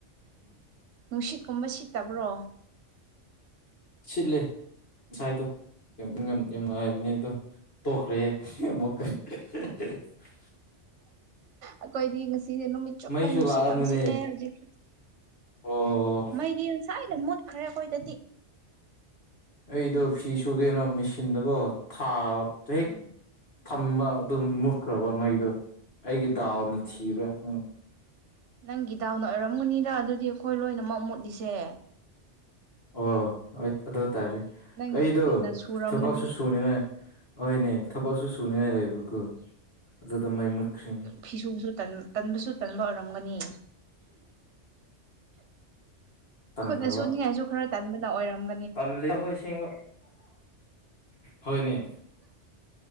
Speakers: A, on the right (about 70°); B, on the left (about 55°).
A: ꯅꯨꯡꯁꯤꯠꯀꯨꯝꯕ ꯁꯤꯠꯇꯕ꯭ꯔꯣ
B: ꯁꯤꯠꯂꯦ ꯉꯁꯥꯏꯗꯣ ꯌꯥꯝ ꯌꯥꯝ ꯅꯨꯡꯉꯥꯏꯕꯅꯦ ꯑꯗꯣ ꯇꯣꯛꯈ꯭ꯔꯦ ꯑꯃꯨꯛꯀꯥ <unintelligible>
A: ꯑꯩꯈꯣꯏꯗꯤ ꯉꯁꯤꯁꯦ ꯅꯨꯃꯤꯠ ꯆꯨꯞꯄ
B: ꯃꯩꯁꯨ
A: ꯅꯨꯡꯁꯤꯠ
B: ꯂꯥꯛꯑꯝꯕꯅꯦ
A: ꯌꯥꯝ ꯁꯤꯠꯂꯦ ꯍꯧꯖꯤꯛ
B: ꯑꯣ
A: ꯃꯩꯗꯤ ꯉꯁꯥꯏꯅ ꯃꯨꯠꯈ꯭ꯔꯦ ꯑꯩꯈꯣꯏꯗꯗꯤ
B: ꯑꯩꯗꯣ ꯐꯤ ꯁꯨꯒꯦꯅ ꯃꯦꯆꯤꯟꯗꯀꯣ ꯊꯥꯕ
A: ꯎꯝ
B: ꯍꯦꯛ ꯊꯝꯕ ꯑꯗꯨꯝ ꯃꯨꯠꯈ꯭ꯔꯕ ꯃꯩꯗꯣ ꯑꯩꯒꯤ ꯗꯥꯎꯅ
A: ꯑꯣ
B: ꯊꯤꯕ ꯎꯝ
A: ꯅꯪꯒꯤ ꯗꯥꯎꯅ ꯑꯣꯏꯔꯝꯒꯅꯤꯗ ꯑꯗꯨꯗꯤ ꯑꯩꯈꯣꯏ ꯂꯣꯏꯅꯃꯛ ꯃꯨꯠꯂꯤꯁꯦ
B: ꯑꯣ ꯑꯗꯨ ꯑꯣꯏ ꯇꯥꯔꯦ
A: ꯅꯪꯒꯤ
B: ꯑꯩꯗꯣ
A: ꯈꯨꯠꯅ ꯁꯨꯔꯝꯃꯗꯤ
B: ꯊꯕꯛꯁꯨ ꯁꯨꯅꯤꯉꯥꯏ ꯍꯣꯏꯅꯦ ꯊꯕꯛꯁꯨ ꯁꯨꯅꯤꯉꯥꯏ ꯂꯩꯕ ꯑꯗꯨꯗ ꯃꯩ ꯃꯨꯠꯈ꯭ꯔꯤꯅꯤ
A: ꯐꯤꯁꯨ ꯁꯨꯕ ꯇꯟꯕꯁꯨ ꯇꯟꯕ ꯑꯣꯏꯔꯝꯒꯅꯤ
B: ꯇꯟꯈ꯭ꯔꯕ
A: ꯈꯨꯠꯅ ꯁꯨꯅꯤꯡꯉꯥꯏꯁꯨ ꯈꯔ ꯇꯟꯕꯅ ꯑꯣꯏꯔꯝ
B: ꯇꯜꯂꯦ ꯍꯣꯏ ꯑꯁꯦꯡꯕ ꯍꯣꯏꯅꯦ